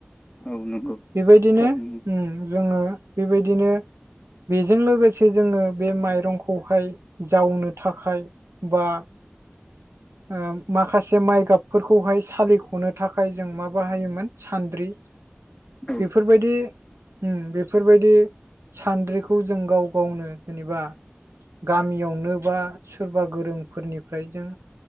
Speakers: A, on the left; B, on the right.
A: औ औ नंगौ
B: बेबायदिनो
A: थारैनो औ
B: जोङो बेबायदिनो बेजों लोगोसे जोङो बे माइरंखौहाय जावनो थाखाय बा ओ माखासे माइ गाबफोरखौहाय सालिख'नो थाखाय जों मा बाहायोमोन सान्द्रि
A: औ
B: बेफोरबायदि बेफोरबायदि सान्द्रिखौ जों गाव गावनो जेनेबा गामियावनो बा सोरबा गोरोंफोरनिफ्राय जों